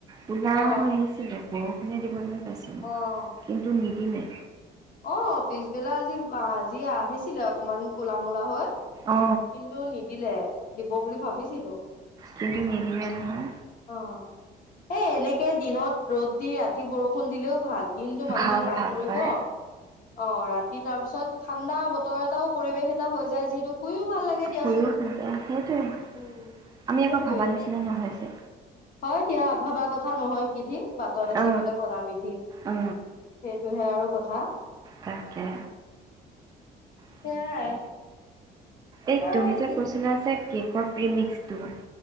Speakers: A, on the right; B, on the left.
A: কলা
B: অ
A: হৈ আহিছিলে ব ৰষুনে দিব যেন পাইছিলোঁ,
B: অ
A: কিন্তু নিদিলে।
B: অ পিছবেলা আজি আজি আহিছিলে অকমান ক'লা মলা হৈ।
A: অ
B: কিন্তু নিদিলে দিব বুলি ভাবিছিলো।
A: কিন্তু নিদিলে নহয়।
B: অ এ এনেকে দিনত ৰ'দ দি ৰাতি বৰষুণ দিলেও ভাল। দিনটো মানুহে
A: ভাল
B: কাম
A: ভাল
B: কৰিব
A: পাই
B: অ ৰাতি তাৰ পিছত ঠাণ্ডা বতৰ এটাও পৰিৱেশ এটা হৈ যায় যিহেতু শুইও ভাল লাগে দিয়াচোন।
A: শুইও শান্তি সেইটোৱে
B: উম,
A: আমি
B: সেইটোৱে।
A: আকৌ ভাবা নিচিনা নহয় যে
B: হয় দিয়া, ভবা কথা নহয় সিধি বাটত আছে
A: অ
B: বোলে কনা বিধি।
A: অ অ
B: সেইটোহে আৰু কথা।
A: তাকে সেইটোৱে
B: সেয়াই।
A: এই
B: এ
A: তুমি যে
B: কি
A: কৈছিলা যে কেকৰ প্ৰিমিক্সটো